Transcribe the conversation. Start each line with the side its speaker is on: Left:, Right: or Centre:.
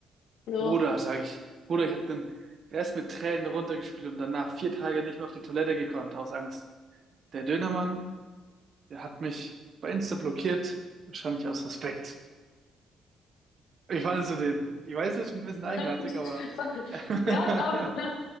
Left: No.
Right: Bruder, sage ich, Bruder, ich habe den Rest mit Tränen runtergespielt und danach vier Tage nicht mehr auf die Toilette gekonnt, aus Angst. Der Dönermann, der hat mich bei Insta blockiert, wahrscheinlich aus Respekt. Wie fandest du den? Ich weiß, es ist ein bisschen
Left: <laughs>
Right: eigenartig, aber <laughs> finde
Left: Ja, aber